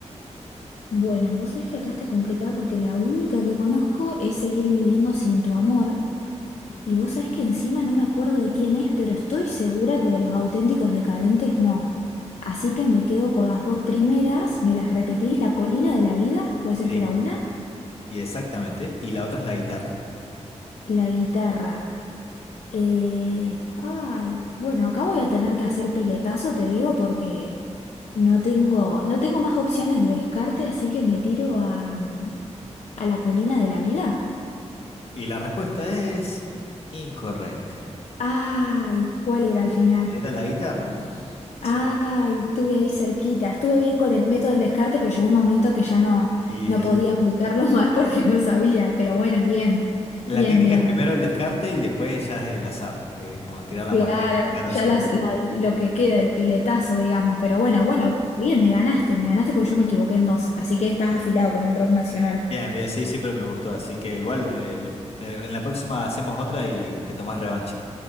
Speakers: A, on the left (about 70°); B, on the left (about 55°).
A: Bueno, vos sabés que acá está complicada porque la única que conozco es Seguir viviendo sin tu amor. Y vos sabés que encima no me acuerdo de quién es, pero estoy segura que de los auténticos decadentes no. Así que me quedo con las dos primeras, me las repetís, la colina de la vida, puede ser
B: Sí,
A: que era una,
B: y exactamente. Y la otra es la guitarra.
A: la guitarra. Eh, ay, bueno, acá voy a tener que hacer piletazo, te digo, porque no tengo, no tengo más opciones de descarte, así que me tiro a, mm, a la colina de la vida.
B: Y la respuesta es incorrecta.
A: Ay, ¿cuál era al final?
B: Era la guitarra.
A: Ay,
B: Sí.
A: estuve ahí cerquita. Estuve bien con el método del descarte, pero llegó un momento que ya no,
B: Y
A: no
B: sí,
A: podía
B: sí.
A: aplicarlo <laughs> más porque no sabía. Pero bueno, bien,
B: La
A: bien,
B: técnica
A: bien.
B: es primero el descarte y después ya es el azar. Es como tirar la
A: Claro,
B: moneda. Claro,
A: ya
B: sí.
A: las- la- lo que queda, el piletazo, digamos. Pero bueno, bueno, bien, me ganaste, me ganaste porque yo me equivoqué en dos. Así que estás afilado con el rock nacional.
B: Bien, bien, sí, siempre me gustó. Así que igual eh, lo- eh, en la próxima hacemos otra y te tomás revancha.